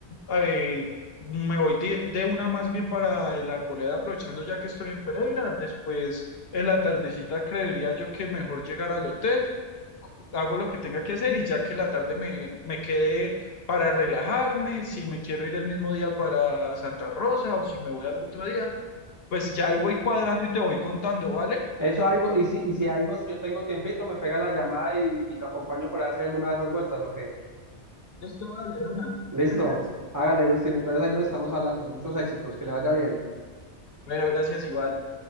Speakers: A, on the left; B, on the right.
A: eh, me voy de, de una más bien para el Arboleda, aprovechando ya que estoy en Pereira. Después en la tardecita creería yo que mejor llegar al hotel. hago lo que tenga que hacer y ya que la tarde me, me quede para relajarme, si me quiero ir el mismo día para Santa Rosa o si me voy al otro día, pues ya ahí voy cuadrando y te voy contando, ¿vale?
B: Eso algo, y si, y si algo, si yo tengo tiempito, me pega la llamada y, y lo acompaño para hacer alguna de esas vueltas, ¿ok?
A: Listo, vale, de una.
B: Listo,
A: Gracias.
B: hágale, Justin. Entonces ahí nos estamos hablando. Muchos éxitos, que le vaya bien.
A: Bueno, gracias igual.